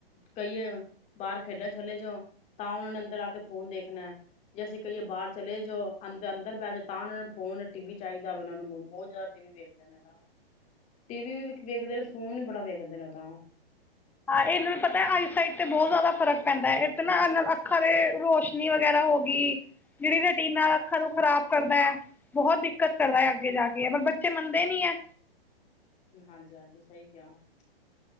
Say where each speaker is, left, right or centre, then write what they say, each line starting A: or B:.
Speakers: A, on the left (about 20°); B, in the centre.
A: ਕਹੀਏ ਬਾਹਰ ਖੇਡਣ ਚੱਲੇ ਜਾਓ ਤਾਂ ਉਹਨਾਂ ਨੇ ਅੰਦਰ ਆ ਕੇ ਫ਼ੋਨ ਦੇਖਣਾ ਜੇ ਅਸੀਂ ਕਹੀਏ ਬਾਹਰ ਚਲੇ ਜਾਓ ਅੰਦਰ ਅੰਦਰ ਬਹਿ ਜਾ ਤਾਂ ਉਹਨਾਂ ਨੂੰ ਫੋਨ ਟੀ ਵੀ ਚਾਹੀਦਾ ਉਹਨਾਂ ਨੂੰ ਬਹੁਤ ਜ਼ਿਆਦਾ ਟੀ ਵੀ ਵੇਖਦੇ ਨੇ ਤਾਂ ਟੀ ਵੀ ਵੀ ਵੇਖਦੇ ਨੇ ਫੋਨ ਵੀ ਬੜਾ ਵੇਖਦੇ ਨੇ ਉਹ ਤਾਂ
B: ਹਾਂ ਇਹਨਾਂ ਨੂੰ ਪਤਾ ਹੈ ਆਈਸਾਈਡ ਤੇ ਬਹੁਤ ਜ਼ਿਆਦਾ ਫ਼ਰਕ ਪੈਂਦਾ ਹੈ। ਇਹ ਤੇ ਨਾ ਅੱਖਾਂ ਦੇ ਰੋਸ਼ਨੀ ਵਗੈਰਾ ਹੋ ਗਈ ਜਿਹੜੀ ਰੇਟੀਨਾ ਅੱਖਾਂ ਨੂੰ ਖ਼ਰਾਬ ਕਰਦਾ ਐ ਬਹੁਤ ਦਿੱਕਤ ਕਰਦਾ ਅੱਗੇ ਜਾ ਕੇ, ਪਰ ਬੱਚੇ ਮੰਨਦੇ ਨਹੀਂ ਐ।
A: ਹਾਂਜੀ-ਹਾਂਜੀ, ਸਹੀ ਕਿਹਾ। <inaudible>